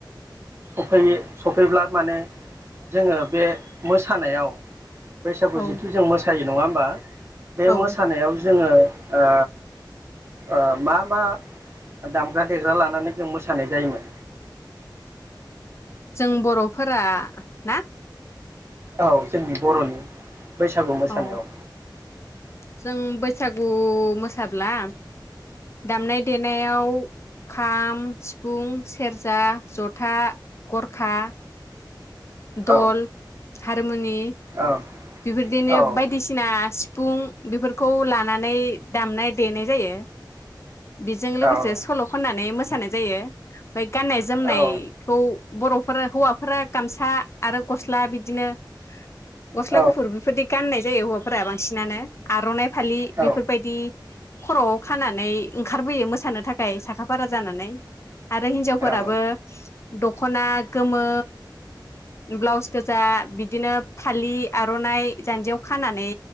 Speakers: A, on the right (about 35°); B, on the left (about 35°).
A: सफैयो सफैब्ला माने जोङो बे मोसानायाव बैसागु
B: औ
A: जिथु जों मोसायो। नङा ओमबा। बे
B: औ
A: मोसानायाव जोङो। ओ ओ मा मा दामग्रा देग्रा लानानै जों मोसानाय जायोमोन।
B: जों बर'फोरा ना?
A: औ जोंनि बर'नि। बैसागु मोसानायाव।
B: औ जों बैसागु मोसाब्ला दामनाय देनायाव खाम सिफुं सेरजा जथा गरखा। दल।
A: औ
B: हारमुनि।
A: औ।
B: बिफोरदिनो
A: औ
B: बायदिसिनास थिफुं बेफोरखौ लानानै दामनाय देनाय जायो। बिजों लोगोसे
A: औ
B: सल' खननानै मोस फाननाय जायो। बे गाननाय जोमनायखौ
A: औ
B: बर'फोरा हौवाफोरा गामसा आरो गस्ला बिदिनो गस्ला
A: औ
B: गुफुर बिफोरदि गाननायस दे हौवाफोरा बांसिनानो आर'नाइ फालि
A: औ
B: बिफोरबायदि। खर'आव खानानै ओंखारबोयो मोसानो थाखाय साखा फारा जानानै आरो हिनजावफोराबो
A: औ
B: दख'ना गोमो ब्लाउस गोजा बिदिनो फालि आर'नाइ जान्जियाव खानानै